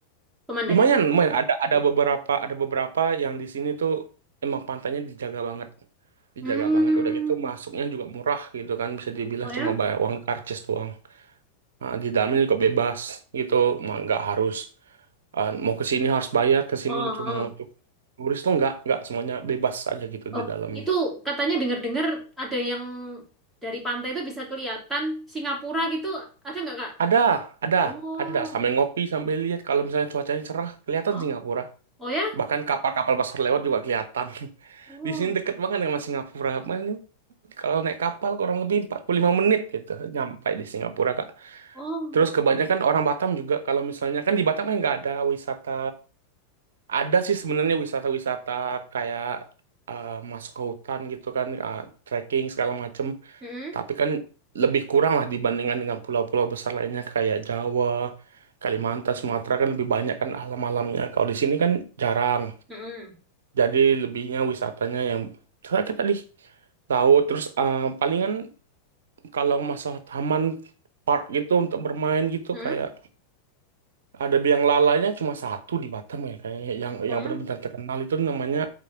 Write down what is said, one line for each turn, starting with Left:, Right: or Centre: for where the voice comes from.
Centre: pemandangannya?
Right: lumayan, lumayan ada ada
Centre: Hmm.
Right: beberapa ada beberapa yang di sini tuh emang pantainya dijaga banget, dijaga
Centre: Hmm.
Right: banget. Udah gitu masuknya juga murah gitu kan, bisa dibilang
Centre: Oh ya?
Right: cuma bayar uang karcis doang. Nah, di dalamnya juga bebas gitu, Mau nggak harus eh, mau ke sini harus bayar, ke sini
Centre: Oh,
Right: itu
Centre: oh.
Right: mau untuk turis tuh nggak nggak semuanya bebas aja gitu
Centre: Oh,
Right: di dalamnya.
Centre: itu katanya dengar-dengar ada yang dari pantai itu bisa kelihatan Singapura gitu. Ada nggak, Kak?
Right: Ada, ada,
Centre: Oh,
Right: ada sambil ngopi sambil lihat kalau misalnya cuacanya cerah kelihatan
Centre: oh,
Right: Singapura.
Centre: oh ya?
Right: Bahkan kapal-kapal besar lewat juga kelihatan. <laughs>
Centre: Oh,
Right: Di sini deket banget sama Singapura. Mana Kalau naik kapal kurang lebih 45 menit gitu nyampe di Singapura, Kak.
Centre: oh.
Right: Terus kebanyakan orang Batam juga kalau misalnya kan di Batam kan nggak ada wisata. Ada sih sebenarnya wisata-wisata kayak eh, masuk ke hutan gitu kan, eh, trekking segala macem.
Centre: Hmm,
Right: Tapi kan lebih kurang lah dibandingkan dengan pulau-pulau besar lainnya kayak Jawa, Kalimantan, Sumatera kan lebih banyak kan alam-alamnya. Kalau di sini kan jarang.
Centre: hmm,
Right: Jadi lebihnya wisatanya yang misalnya kita di laut terus eh, palingan kalau masalah taman park gitu untuk bermain gitu
Centre: hmm.
Right: kayak ada biang lalanya cuma satu di Batam ya kayaknya yang
Centre: Oh
Right: yang
Centre: ya?
Right: benar-benar terkenal itu namanya